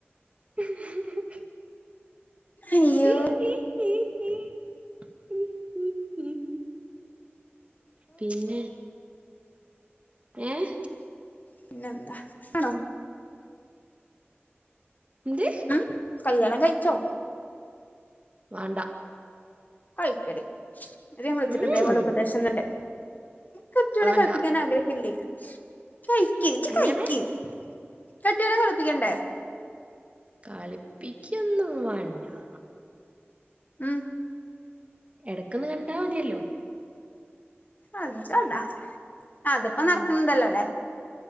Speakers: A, on the right; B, on the left.
A: <inaudible>
B: അയ്യോ
A: ഈഹി ഈഹിഹി ഹി പിന്നെ ഏഹ്
B: പിന്നെന്താ ആണോ
A: എന്ത്
B: ഉം കല്ല്യാണംകയിച്ചോ
A: വാണ്ടാ
B: കയ്ക്കടി ന്നിട്ട് ഞാൻ വിളിച്ചിട്ട്
A: ഉം
B: ഇതുപോലെ ഉപദേശംതെരണ്ട് കെട്ട്യോനെ
A: വാണ്ട
B: കളിപ്പിക്കാൻ ആഗ്രഹല്യേ കയ്ക്ക് ഇജ്ജ്
A: എങ്ങനെ
B: കയ്ക്ക് കെട്ട്യോനെ കളിപ്പിക്കണ്ടേ
A: കളിപ്പിക്കൊന്നും വാണ്ടാ
B: ഉം
A: എടക്കൊന്ന് കണ്ടാമതിയല്ലോ
B: ആഞ്ചാട അതിപ്പോ നടക്കുന്നിണ്ടലോ
A: ഉം
B: ലേ.